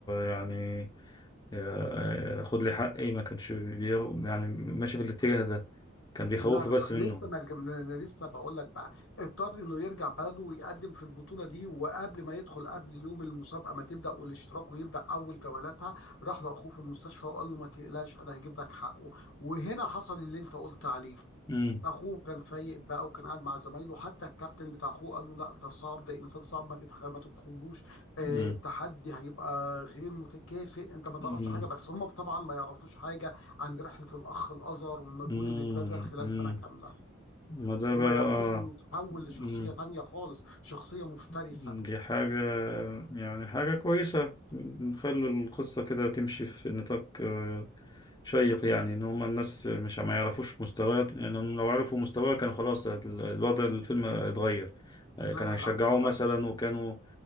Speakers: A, on the left; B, on the left.
A: يعني آه، خد لي حقي ما كانش بي... يعني ماشي في الاتجاه ده كان بيخوفه
B: لا لا
A: بس
B: لا
A: منه
B: لسه ما رجع- انا لسه بقول لك بقى اضطر انه يرجع بلده ويقدم في البطوله دي وقبل ما يدخل قبل يوم المسابقه ما تبدا والاشتراك ويبدا اول جولاتها راح لاخوه في المستشفى وقال له ما تقلقش انا هجيب لك حقه وهنا حصل اللي انت قلت عليه
A: مم.
B: اخوه كان فايق بقى وكان قاعد مع زمايله حتى الكابتن بتاع اخوه قال له لا ده صعب ده انسان صعب ما تدخل ما تدخلوش آه
A: مم.
B: التحدي هيبقى غير متكافئ انت ما تعرفش
A: مم.
B: حاجه بس هم طبعا ما يعرفوش حاجه عن رحله الاخ الازهر والمجهود
A: مم.
B: اللي اتبذل خلال
A: مم.
B: سنه كامله
A: ما ده
B: وما
A: بقى
B: يعرفوش
A: آه.
B: انه تحول لشخصيه
A: مم.
B: تانية خالص شخصيه مفترسه
A: دي حاجة يعني حاجة كويسة نخلي القصة كده تمشي في نطاق آه، شيق يعني إن هما الناس مش ما يعرفوش مستواه لأنهم لو عرفوا مستواه كان خلاص ال- الوضع الفيلم اتغير آه،
B: لا
A: كانوا
B: لا
A: هيشجعوه
B: لا ما, ما
A: مثلا وكانوا